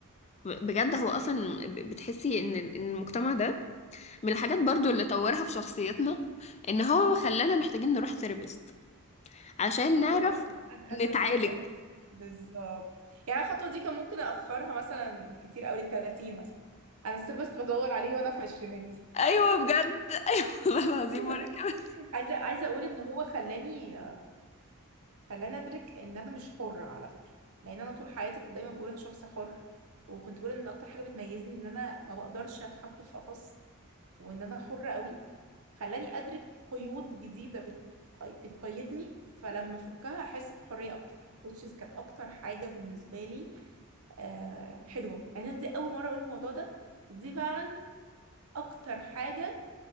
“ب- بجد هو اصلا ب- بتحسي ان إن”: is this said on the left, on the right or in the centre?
Left